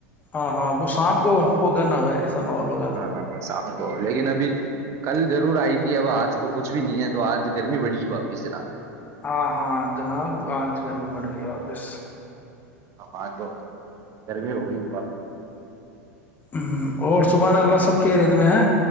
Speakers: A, on the left; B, on the right.
A: ہاں ہاں وہ شام کو ہوگا نا ایسا ماحول ہوگا
B: ہاں
A: تو
B: ہاں صافوں کو لیکن ابھی کل ضرور آئی تھی اب آج تو کچھ بھی نہیں ہے تو آج گرمی بڑی ہوا اپ سے نام
A: ہاں ہاں جناب آج گرمی بڑھ گئی واپس
B: ہاں تو گرمی ہو گئیپ
A: ہ اور صبح اللہ سب کے ریت میں ہے